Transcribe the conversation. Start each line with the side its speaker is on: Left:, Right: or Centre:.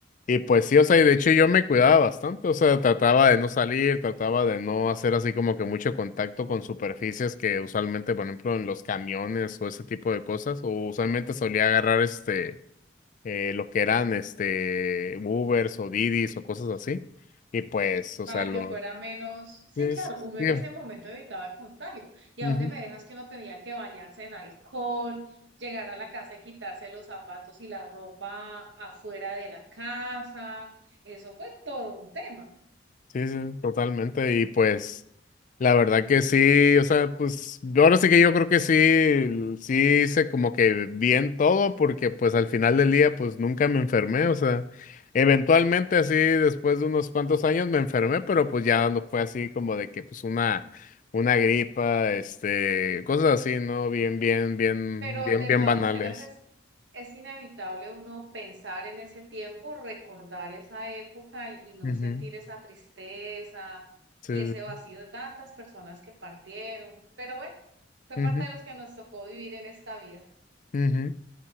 Left: y pues sí, o sea, y de hecho yo me cuidaba bastante, o sea, trataba de no salir, trataba de no hacer así como que mucho contacto con superficies que usualmente, por ejemplo, en los camiones o ese tipo de cosas, o usualmente solía agarrar este, eh, lo que eran este, Ubers o Didis o cosas así, y pues, o
Right: para
Left: sea, lo...
Right: que fuera menos, sí,
Left: Sí,
Right: claro,
Left: sí,
Right: uno en
Left: sí.
Right: ese momento evitaba el contagio. ¿Y
Left: Ujú.
Right: a dónde me dejas que uno tenía que bañarse en alcohol, llegar a la casa y quitarse los zapatos y la ropa afuera de la casa? Eso fue todo un tema.
Left: Sí, sí, totalmente. Y pues, la verdad que sí, o sea, pues, yo ahora sí que yo creo que sí, sí hice como que bien todo, porque pues al final del día, pues nunca me enfermé, o sea, eventualmente así, después de unos cuantos años me enfermé, pero pues ya no fue así como de que pues una, una gripa, este, cosas así, ¿no?
Right: Sí.
Left: Bien, bien, bien,
Right: Pero
Left: bien,
Right: de
Left: bien
Right: todas
Left: banales.
Right: maneras es, es inevitable uno pensar en ese tiempo, recordar esa época y, y no
Left: Ujú,
Right: sentir esa tristeza
Left: Sí,
Right: y ese
Left: sí.
Right: vacío de tantas personas que partieron. Pero bueno, fue
Left: Ujú,
Right: parte de los que nos tocó vivir en esta vida.
Left: ujú.